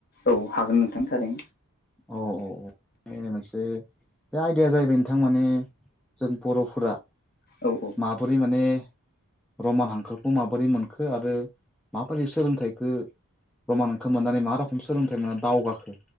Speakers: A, on the left; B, in the centre.
A: औ हागोन नोंथांनिथारै
B: औ औ औ मोनसे बे आइदिया जाहैबाय नोंथां माने जों बर'फोरा
A: औ औ
B: माबोरै माने रमान हांखोखौ माबोरै मोन आरो माबायदि सोलोंथाइखौ रमानखौ मोननानै मा रख सोलोंथाइ मोना दावगाखो